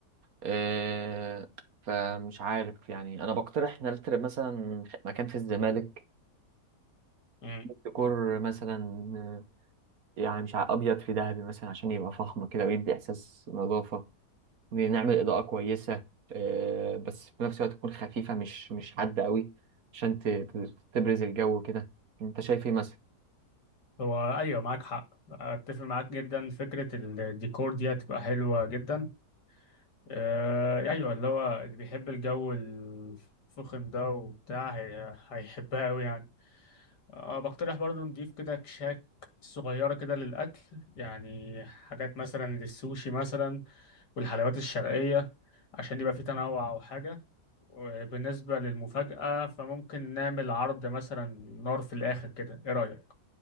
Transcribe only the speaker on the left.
مم.
هو أيوة معاك حق أتفق معاك جدا فكرة الديكور دي هتبقى حلوة جدا آه، أيوة اللي هو اللي بيحب الجو الفخم ده وبتاع هي- هيحبها أوي يعني أه بقترح برضو نضيف كده كشاك صغيرة كده للأكل يعني حاجات مثلا للسوشي مثلا والحلويات الشرقية عشان يبقى في تنوع أو حاجة وبالنسبة للمفاجأة فممكن نعمل عرض مثلا نار في الآخر كده إيه رأيك؟